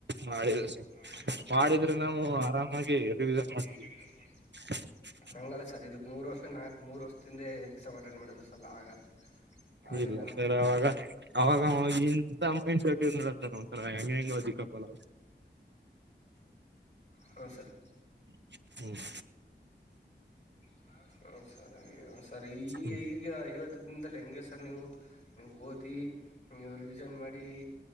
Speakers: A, on the right; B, on the left.
A: ಮಾಡಿಲ್ಲ ಸರ್
B: <unintelligible>
A: ಮಾಡಿದ್ರೆ ನಾವು ಆರಾಮಾಗಿ ರಿವಿಸನ್ ಮಾಡ್ತೀವಿ
B: ರಿವಿಸನ್ ಮಾಡ್ತವಿ
A: <inaudible>
B: ಹಂಗಲ್ಲ ಸರ್ ಇದಕ್ಕೆ ಮೂರು ವರ್ಷ ನಾ ಮೂರು ವರ್ಷದಿಂದೆ ಎಕ್ಸಾಮ್ ಅಟೆಂಡ್ ಮಾಡಿದ್ರಲಾ ಆಗ. ಹಾಗ
A: ಇಲ್ಲ
B: ಏನ್ರ
A: ಸರ್
B: ಮಾಡಿದ್ರರ
A: ಅವಾಗ
B: ಅಂತ
A: ಅವಾಗ ಇಂಥ ಮೈಂಡ್ ಸೆಟ್ ಇರಲಿಲ್ಲ ಸರ್ ಒಂಥರ ಹೆಂಗೆ ಹೆಂಗೋ ದಿಕ್ಕಾಪಾಲ
B: ಹ್ಮ್ ಸರ್.
A: <inaudible>
B: ಹ ಸರಿ ಸರಿ ಈಗ
A: ಹ್ಞೂ
B: ಈಗ ಐವತ್ತ, ಜೇವ್ನದಲ್ಲಿ ಹೆಂಗೆ ಸರ್ ನೀವು ನೀವು ಓದಿ, ನೀವು ರಿವಿಷನ್ ಮಾಡಿ,